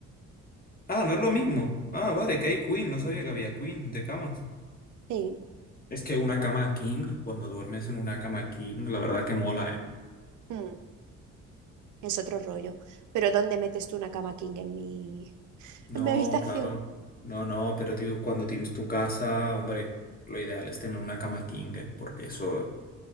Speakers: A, on the left; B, on the right.
A: Ah, no es lo mismo. Ah, vale, que hay Queen, no sabía que había Queen de camas.
B: Sí.
A: Es que una cama king, cuando duermes en una cama king, la verdad que mola, ¿eh?
B: Mm. Es otro rollo. Pero ¿dónde metes tú una cama king en mi,
A: No,
B: en mi habitación?
A: claro. No, no, pero tío, cuando tienes tu casa, hombre, lo ideal es tener una cama king, ¿eh? Porque eso